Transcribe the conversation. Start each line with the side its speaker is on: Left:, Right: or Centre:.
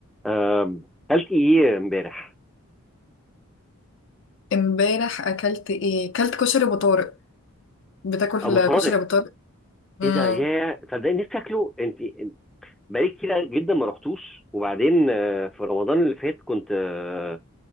Centre: آم، اكلت ايه امبارح
Left: امبارح اكلت ايه اكلت كشري ابو طارق بتاكل
Centre: ابو طارق
Left: كشري ابو طارق امم
Centre: ايه ده يا صدقني نفسي اكله انت أنت- بقالي كتير جدا ما رحتوش وبعدين آه، في رمضان اللي فات كنت آه،